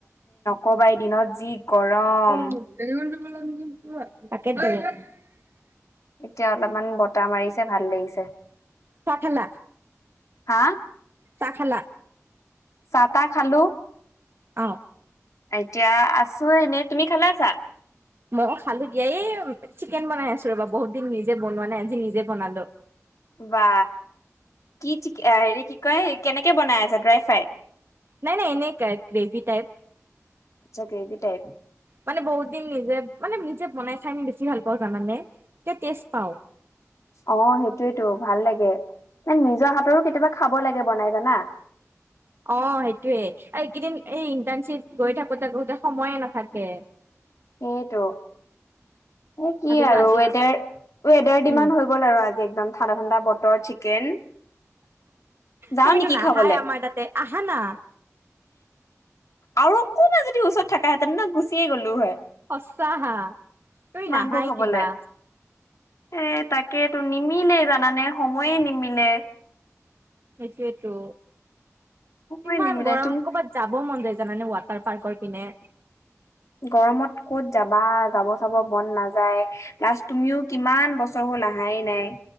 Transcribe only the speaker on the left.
কবাৰ দিনত যি গৰম।
এতিয়া অলপমান বতাহ মাৰিছে ভাল লাগিছে
হা
চ তাহ খালো
এতিয়া আছোে এনে তুমি খালা আছা
বা কি হেৰি কি কয় কেনেকে বনাই আছছে ড্ৰাই ফ্ৰাই
আচ্ছা কেেইতিটাইপ
অ সেইটোয়েতো ভাল লাগে ম নিজৰ হাতৰো কেতিয়াবা খাব লাগে বনাই জানা
সটোো এ কি
আৰু
ৱেডাৰ ৱেডাৰ দিমান
হৈ গ'ল আৰু আজি একদম ঠাণ্ডা ঠাণ্ডা বতৰ চিকেন যাও
নেকি
খাবলে
আৰু অকমান যদি ওচৰত থাকাহে তেনে ন গুচিয়ে গ'লো হয়।
মাংস
খাবলে
এ তাকে তো নিমিলে জানানে সময়ে নিমিলে
সময়
নিমিলে
তুম
উ গৰমত ক'ত যাবা যাব চাব মন নাযায় ল্লাষ্ট তুমিও কিমান বছৰ হ'ল কহাই নাই